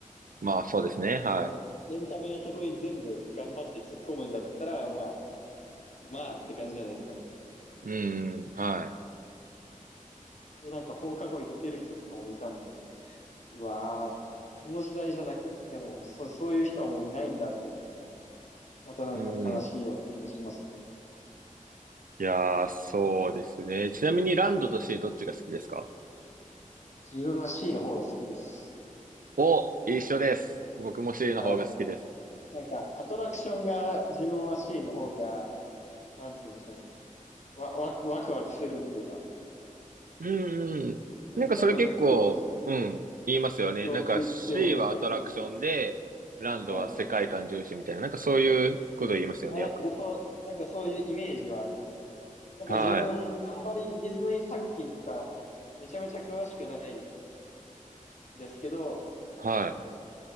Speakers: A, on the right (about 80°); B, on the left (about 55°).
A: まあ、そうですね。
B: 本あ当、
A: は
B: エンタメをそこに全部頑張って突っ込むんだったら、まあ、まあって感じじゃないですか。
A: い。うん、はい。
B: で、なんか放課後行ってる人とかもいたんで、うわーって、その時代じゃなく、でも、そう、そういう人はもういないんだって思って、なんか、またなんか悲しいよううな気もしんますね。
A: うん。いやー、そうですね。ちなみにランドとシーどっちが好きですか
B: 自分は C の方が好きです。
A: お、一緒です。僕もシーの方が好きです。
B: はい。そうなんか、アトラクションが自分は C の方がなんて言うんでしょうね。わ、わく、ワクワクするっていうか、
A: うんうん。
B: なんかちょっと絶叫、
A: なんかそれ結構、うん、言いますよね。
B: 絶叫強めみたいな。
A: なんか C はアトラクションで、ランドは世界観重視みたいな、
B: はい。
A: なんかそういうこと言いますよね、
B: あ、
A: よく。
B: なんかそう、なんかそういうイメージはありますね。やっぱ自分、
A: はい、
B: あんまりディズニー作品とか、めちゃめちゃ詳しくないですけど、
A: は